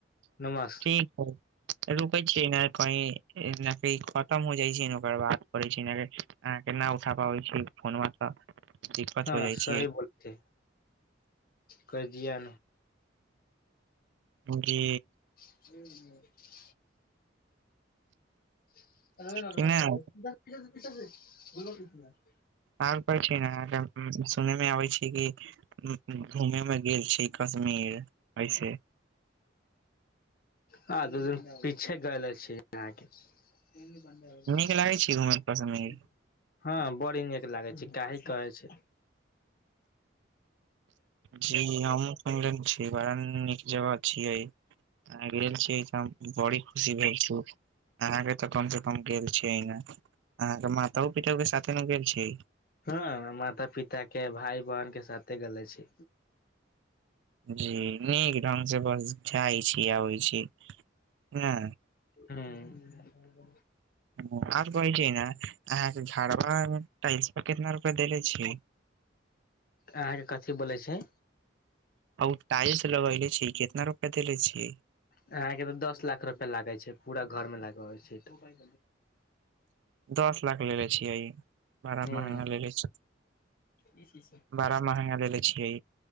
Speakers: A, on the left; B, on the right.
A: नमस्ते
B: ठीक है रुकै छी नहि कहीं नाकी खतम हो जाइ छै न ओकार बाद करै छी न अहाँ के न उठा पाबै छी फोनमा तऽ दिक्कत
A: हाँ
B: हो जाइ
A: सही
B: छै
A: बोल छे केह दिया
B: गे
A: <unintelligible> <unintelligible>
B: कि नहि आओर कहै छी ने अहाँक सुनै मे आबै छी कि उँ-उँ घूमे मे गेल छी कश्मीर ऐसे
A: हाँ त पीछे गैले छी अहाँके <unintelligible>
B: नीक लागै छै घूमे कश्मीर
A: हाँ बड़ी नीक लागे छै काहे कहै छै
B: जी हमहूँ सुन रहल छियै बड़ा नीक जगह छियै आ गेल छियै तऽ बड़ी खुशी भेल छै अहाँके तऽ कम से कम गेल छियै न अहाँके मातो पिता के साथ न गेल छियै
A: हाँ माता पिता के भाइ बहिन के साथे गेले छी
B: जी नीक ढंग से बस जाइ छी आबै छी न
A: हूँ
B: हाँ आओर कहै छी न अहाँके झाड़वाड़मे टाइल्समे कितना रूपया देले छियै
A: अहाँके कथि बोलै छे
B: आ ओ टाइल्स लगैले छियै कितना रुपया देेले छियै
A: अहाँ के तऽ दस लाख रुपया लागै छै पूरा घर मे लगाबै छै तऽ
B: दस लाख लेलेे छियै बड़ा
A: हूँ
B: महँगा लेलेे छियै
A: <unintelligible>
B: बड़ा महंगा लेले छियै